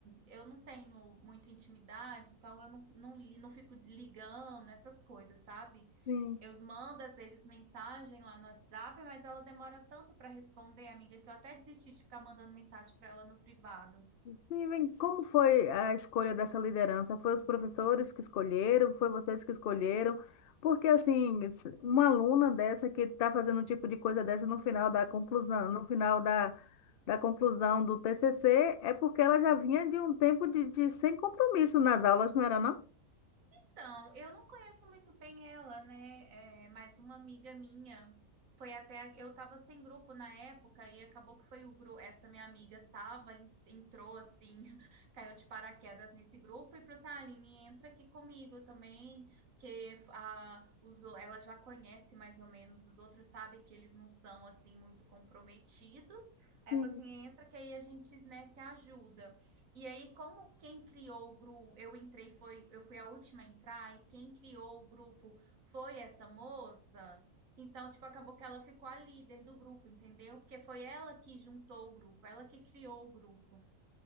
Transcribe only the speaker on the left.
Sim.
Steven, como foi a escolha dessa liderança? Foi os professores que escolheram? Foi vocês que escolheram? Porque, assim, uma aluna dessa que está fazendo um tipo de coisa dessa no final da conclusão, no final da, da conclusão do TCC, é porque ela já vinha de um tempo de, de sem compromisso nas aulas, não era, não?
Sim.